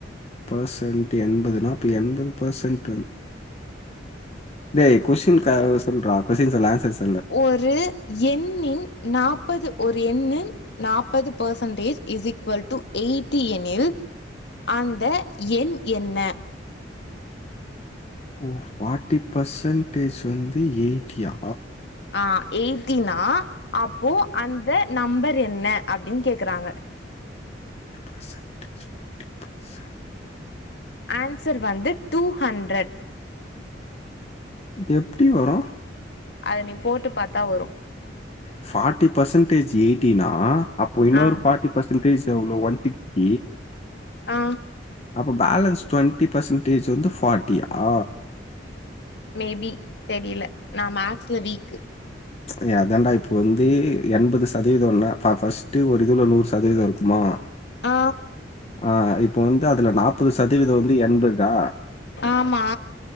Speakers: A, on the left (about 35°); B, on the left (about 65°).
A: பர்சன்ட் எண்பதுனா அப்ப எண்பது பெர்சன்ட் வந் டேய் கொஸ்டின் க சொல்றா கொஸ்டின் சொல்ல ஆன்சர்ஸ்
B: ஒரு எண்ணின் நாப்பது ஒரு எண்ணின் நாப்பது percentage is equal to eighty எனில் அந்த எண் என்ன
A: ஓ ஃபார்ட்டி பர்சன்டேஜ் வந்து எயிட்டியா
B: ஆ எயிட்டினா அப்போ அந்த நம்பர் என்ன அப்டின்னு கேக்குறாங்க
A: பேர்சன்டு ஃப்டி பேர்சன்டு
B: ஆன்சர் வந்து டூ ஹண்ட்ரட்
A: எப்டி வரு
B: அது நீ போட்டு பாத்தா வரு
A: ஃபார்ட்டி பர்சன்டேஜ்ஜு எயிட்டினா அப்போ இன்னொரு
B: ஆ
A: ஃபாட் ஃப்டி பர்சன்டேஜ் எவ்ளோ ஒன் <inaudible>
B: ஆ
A: அப்ப பேலன்ஸ் டொண்ட்டி பெர்சன்டேஜ் வந்து ஃபார்ட்டியா
B: மே பீ தெரியல நா மேக்ஸ்ல வீக்கு
A: எ அதாண்டா இப்ப வந்து எண்பது சதவீதன்ன ஃப ஃபஸ்ட்டு ஒரு இதுல நூறு சதவீத இருக்குமா
B: ஆ
A: ஆ இப்ப வந்து அதுல நாப்பது சதவீத வந்து எண்பதா
B: ஆமா